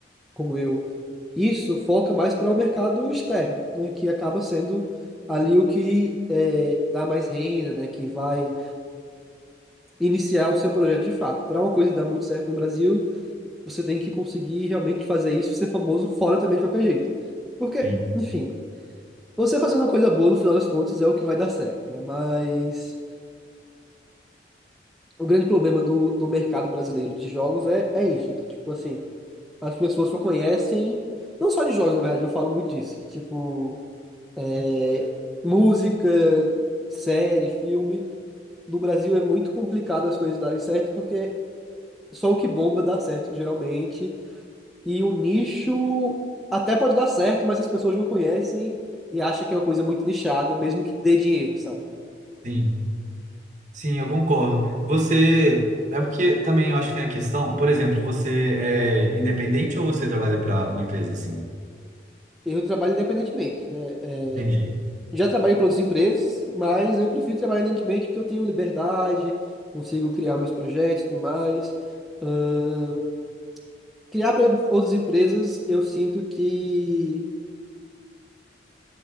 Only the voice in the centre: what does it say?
como eu isso foca mais para o mercado externo, né, que acaba sendo ali o que é, dá mais renda, né, que vai iniciar o seu projeto de fato. Para uma coisa dar muito certo no Brasil, você tem que conseguir realmente fazer isso, ser famoso fora também de qualquer jeito. Porque,
enfim, você fazendo uma coisa boa, no final das contas, é o que vai dar certo, né? Mas o grande problema do, do mercado brasileiro de jogos é, é isso, é que, tipo assim, as pessoas só conhecem, não só de jogos, na verdade, eu falo muito disso, que, tipo. é, música, série, filme. No Brasil é muito complicado as coisas darem certo, porque só o que bomba dá certo, geralmente. E o nicho até pode dar certo, mas as pessoas não conhecem e acham que é uma coisa muito nichada, mesmo que dê dinheiro, sabe?
Eu trabalho independentemente, né? É,
já trabalhei para outras empresas, mas eu prefiro trabalhar independentemente porque eu tenho liberdade, consigo criar meus projetos e tudo mais. Ahn, criar para outras empresas, eu sinto que